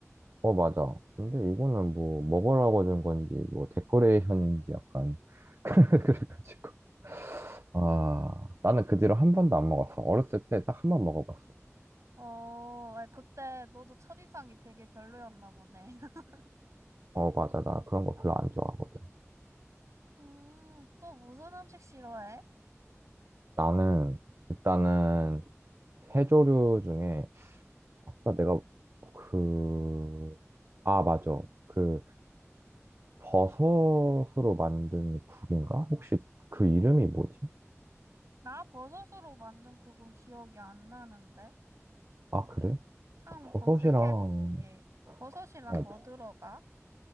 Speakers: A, on the right; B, on the right.
A: 어, 맞아. 근데 이거는 뭐 먹으라고 준 건지 뭐 데코레이션인지 약간 <laughs> 그래가지고 아 나는 그 뒤로 한 번도 안 먹었어. 어렸을 때 딱 한 번 먹어봤어.
B: 어, 아 그때 너도 첫인상이 되게 별로였나 보네. <laughs>
A: 어, 맞아. 나 그런 거 별로 안 좋아하거든.
B: 음, 또 무슨 음식 싫어해?
A: 나는 일단은 해조류 중에 아까 내가 그 아, 맞아. 그 버섯으로 만든 국인가? 혹시 그 이름이 뭐지?
B: 나 버섯으로 만든 국은 기억이 안 나는데.
A: 아, 그래?
B: 참
A: 버섯이랑
B: 검색해볼게. 버섯이랑
A: 어,
B: 뭐 들어가?